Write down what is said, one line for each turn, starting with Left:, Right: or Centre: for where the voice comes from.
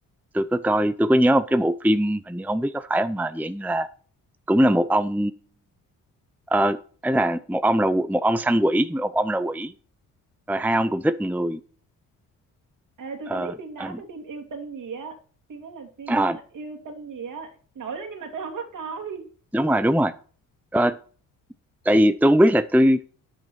Centre: tôi có coi tôi có nhớ một cái bộ phim hình như không biết có phải không mà dạng như là cũng là một ông ờ, ấy là một ông là một ông săn quỷ một ông là quỷ rồi hai ông cùng thích người
Right: Ê, tôi
Centre: Ờ,
Right: có biết phim đó
Centre: à,
Right: cái phim yêu tinh gì á phim đó là phim
Centre: à,
Right: ờ, yêu tinh gì á nổi lắm nhưng mà tôi không có coi
Centre: đúng
Right: <laughs>
Centre: rồi đúng rồi Ờ, tại vì tôi không biết là tôi